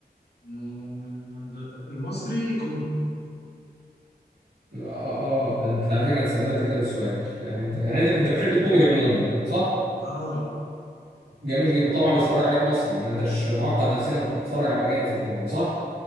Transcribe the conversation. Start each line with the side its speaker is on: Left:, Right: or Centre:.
Left: آه، المصري كوميدي
Right: اه اه ده انت على فكره انت سبقت كده بالسؤال يعني انت يعني انت انت بتحب الكوميدي عموما صح
Left: اه
Right: جميل جدا وطبعا بتتفرج عليه مصري ما انتش معقد نفسيا وبتروح تتفرج على الاجانب في الكوميدي صح